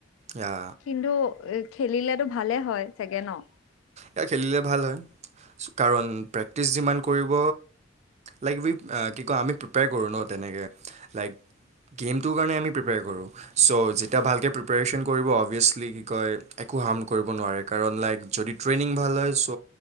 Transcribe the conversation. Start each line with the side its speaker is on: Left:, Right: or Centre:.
Right: ইয়া
Left: কিন্তু এ খেলিলেতো ভালে হয় চাগে ন।
Right: এয়া খেলিলে ভাল হয়। কাৰণ প্ৰেক্টিচ যিমান কৰিব লাইক বি কি কয় আমি প্ৰিপেয়াৰ কৰোঁ ন তেনেকে লাইক গেম টো কাৰণে আমি প্ৰিপেয়াৰ কৰো, চ' যেত এতিয়া ভালকে প্ৰিপেৰেছন কৰিব অভিয়াছলি কি কয় একো হাৰ্ম কৰিব নোৱাৰে কাৰণ লাইক যদি ট্ৰেইনিং ভাল হয় চ'